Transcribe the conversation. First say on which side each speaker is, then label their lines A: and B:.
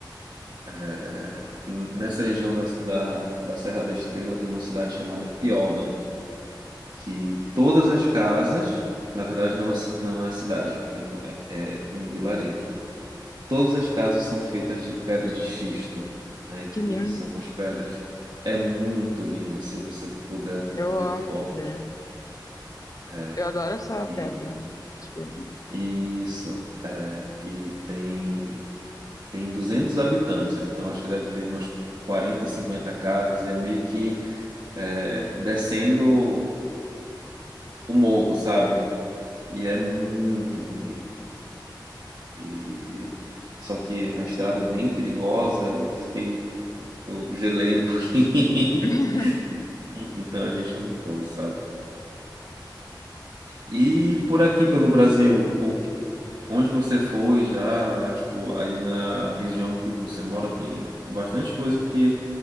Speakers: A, on the right; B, on the left.
A: eh, n- nessa região da, da, da Serra da Estrela tem uma cidade chamada Piódão, que todas as casas, na verdade, não é, ci- não é cidade, é um, é é um vilarejo. Todas as casas são feitas de pedra de xisto, né, que
B: Que lindo!
A: são umas pedras. É muito linda, se você puder
B: Eu
A: ver
B: amo
A: fotos.
B: ver.
A: É.
B: Eu adoro essa
A: e
B: pedra. Acho bem bonito.
A: Isso, é, e tem tem 200 habitantes, então acho que deve ter umas 40, 50 casas e é meio que é, descendo o morro, sabe? E é muito bonito. E eu- só que a estrada é bem perigosa, eu fiquei um- eu gelei um <laughs>
B: <laughs>
A: pouquinho. E- Então a gente não foi, sabe? E por aqui pelo Brasil, o Onde você foi já, tipo, aí na região que você mora tem bastante coisa que